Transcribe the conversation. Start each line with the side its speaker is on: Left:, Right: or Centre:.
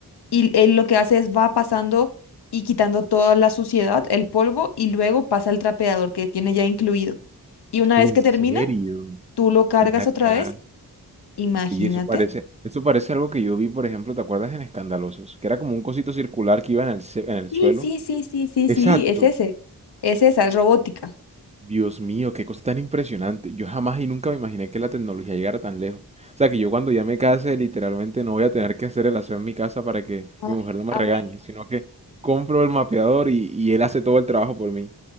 Left: y él lo que hace es va pasando y quitando toda la suciedad, el polvo, y luego pasa al trapeador que tiene ya incluido. Y una
Right: ¿En
Left: vez que termina,
Right: serio?
Left: tú lo cargas
Right: Ven acá.
Left: otra vez, imagínate.
Right: Oye, eso parece, eso parece algo que yo vi, por ejemplo, ¿te acuerdas en Escandalosos? Que era como un cosito circular que iba en el, ce- en el
Left: Sí,
Right: suelo.
Left: sí, sí, sí, sí,
Right: Exacto.
Left: sí, es ese. Es esa, es robótica.
Right: Dios mío, qué cosa tan impresionante. Yo jamás y nunca me imaginé que la tecnología llegara tan lejos. O sea, que yo cuando ya me case, literalmente no voy a tener que hacer el aseo en mi casa para que
Left: Ay,
Right: mi mujer no me
Left: A
Right: regañe,
Left: mí
Right: sino que compro el mapeador y, y él hace todo el trabajo por mí.